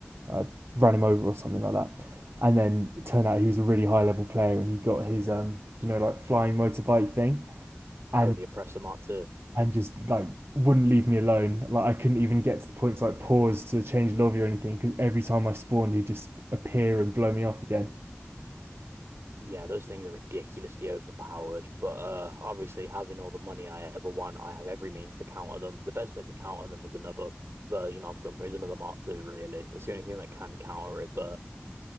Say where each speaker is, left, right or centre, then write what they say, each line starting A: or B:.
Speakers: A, on the right; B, on the right.
A: I ran him over or something like that. And then it turned out he was a really high level player, and he got his um, you know, like flying motorbike thing, and
B: Oh, the oppressor mark too.
A: and just like wouldn't leave me alone. Like I couldn't even get to the point to like pause to change lobby or anything because every time I spawned, he'd just appear and blow me off again.
B: Yeah, those things are ridiculously overpowered. But uh, obviously, having all the money I ever want, I have every means to counter them. The best way to counter them is another version of them, is another Mark II, really. That's the only thing that can counter it. But